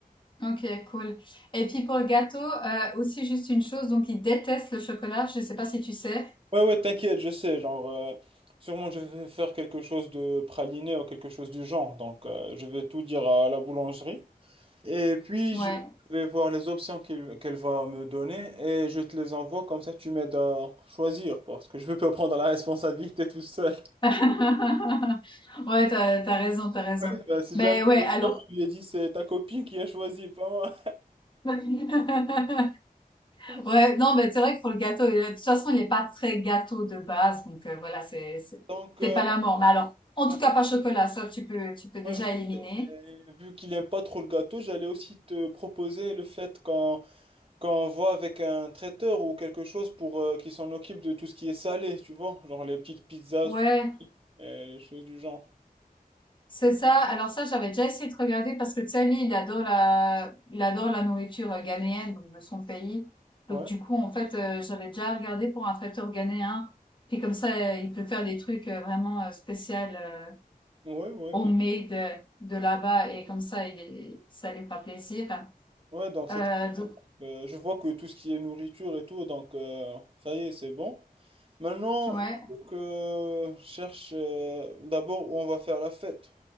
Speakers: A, on the left; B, on the right.
A: Ok, cool. Et puis pour le gâteau, euh, aussi juste une chose, donc il déteste le chocolat. Je sais pas si tu sais.
B: Ouais, ouais, t'inquiète, je sais. Genre, euh, sûrement, je vais faire quelque chose de praliné ou quelque chose du genre. Donc, euh, je vais tout dire à la boulangerie. Et puis,
A: Ouais.
B: je vais voir les options qu'il- qu'elle va me donner et je te les envoie. Comme ça, tu m'aides à choisir parce que je veux pas prendre la responsabilité tout seul.
A: <laughs> Ouais, t'as, t'as raison, t'as raison.
B: <laughs> Ben, si
A: Mais
B: jamais
A: ouais,
B: je
A: alors.
B: lui ai dit, c'est ta copine qui a choisi, pas moi.
A: <laughs>
B: <laughs>
A: Ouais, non, mais c'est vrai que pour le gâteau, euh, de toute façon, il est pas très gâteau de base, donc euh, voilà, c'est c'est
B: Donc,
A: c'est
B: euh,
A: pas la mort. Mais alors, en
B: ben,
A: tout cas, pas chocolat, ça tu peux tu peux déjà
B: moi,
A: éliminer.
B: je- euh, vu qu'il n'aime pas trop le gâteau, j'allais aussi te proposer le fait qu'on Quand on voit avec un traiteur ou quelque chose pour euh, qui s'en occupe de tout ce qui est salé, tu vois, genre les petites pizzas,
A: Ouais,
B: sushis, euh, les choses du genre.
A: c'est ça. Alors ça, j'avais déjà essayé de regarder parce que tu sais, lui, il adore la il adore la nourriture euh, ghanéenne, donc de son pays.
B: Ouais,
A: Donc du coup, en fait, euh, j'avais déjà regardé pour un traiteur ghanéen. Puis comme ça, euh, il peut faire des trucs euh, vraiment euh, spéciaux, euh,
B: ouais, ouais,
A: homemade
B: bien.
A: euh, de là-bas, et comme ça, il est, ça lui fera plaisir.
B: Ouais, donc c'est,
A: Euh, donc
B: euh, je vois que tout ce qui est nourriture et tout, donc euh, ça y est, c'est bon. Maintenant,
A: Ouais.
B: il faut que je cherche euh, d'abord où on va faire la fête.